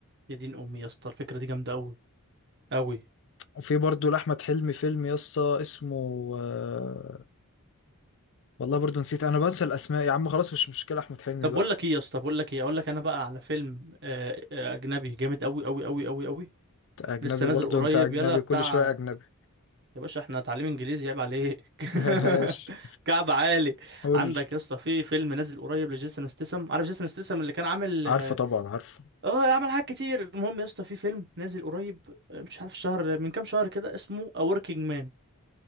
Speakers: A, on the right; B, on the left.
A: يا دين امي يا اسطى الفكره دي جامده قوي قوي
B: وفي برضو لأحمد حلمي فيلم يا اسطى اسمه آه، والله برضو نسيت انا بنسى الاسماء يا عم خلاص مش مشكلة احمد حلمي
A: طب
B: بقى
A: بقول لك ايه يا اسطى بقول لك ايه اقول لك انا بقى على فيلم آه آه، اجنبي جامد قوي قوي قوي قوي قوي
B: انت اجنبي
A: لسه
B: برضو
A: نازل قريب
B: انت اجنبي
A: يلا بتاع
B: كل شوية اجنبي
A: يا باشا احنا هنتعلم انجليزي عيب عليك
B: <laughs>
A: <laughs>
B: هاش
A: كعب عالي
B: قول
A: عندك
B: لي
A: يا اسطى في فيلم نازل قريب لجيسون ستاثام عارف جيسون ستاثام اللي كان عامل
B: عارفه
A: اه
B: طبعا عارفه
A: آه، عمل حاجات كتير المهم يا اسطى في فيلم نازل قريب آه، مش عارف شهر من كام شهر كده اسمه A Working Man